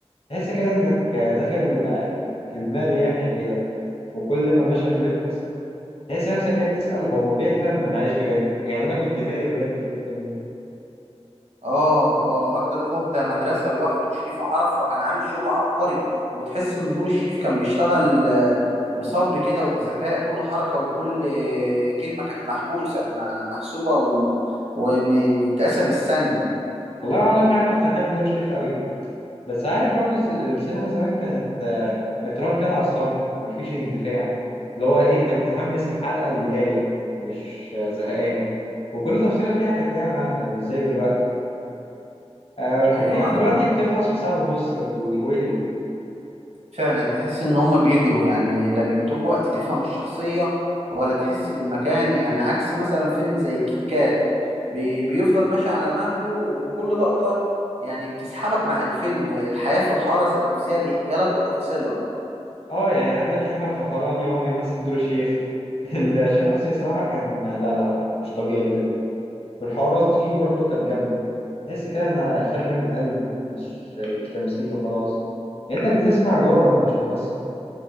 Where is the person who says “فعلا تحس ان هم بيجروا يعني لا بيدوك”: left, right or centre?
Right